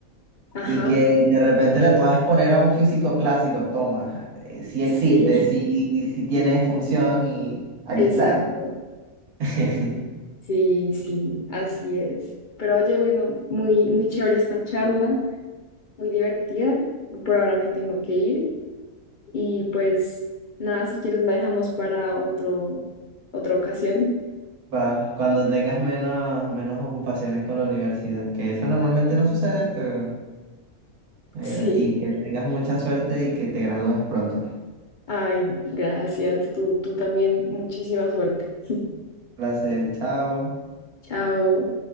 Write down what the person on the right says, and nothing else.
Y que de repente le puedas poner a un físico clásico, toma, si existe,
si tiene función y aquí
está. <laughs>
Va, cuando tengas menos, menos ocupaciones con la universidad, que eso normalmente no sucede, pero negra,
y que tengas mucha suerte y que te gradúes pronto.
Placer, chao.